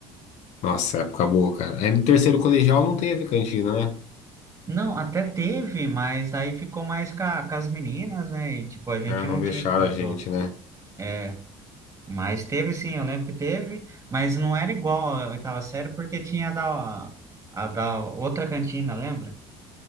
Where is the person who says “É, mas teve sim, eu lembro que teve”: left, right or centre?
Right